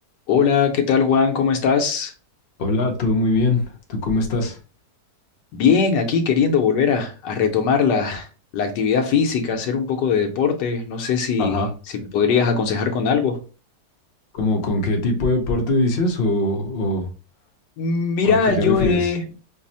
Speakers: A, on the left; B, on the left.
A: Hola, ¿qué tal Juan? ¿Cómo estás?
B: Hola, todo muy bien. ¿Tú cómo estás?
A: Bien, aquí queriendo volver a, a retomar la, la actividad física, hacer un poco de deporte. No sé si,
B: Ajá,
A: si me podrías aconsejar con algo.
B: ¿Cómo con qué tipo de deporte dices o, o-
A: Mira,
B: o a qué te
A: yo
B: refieres?
A: he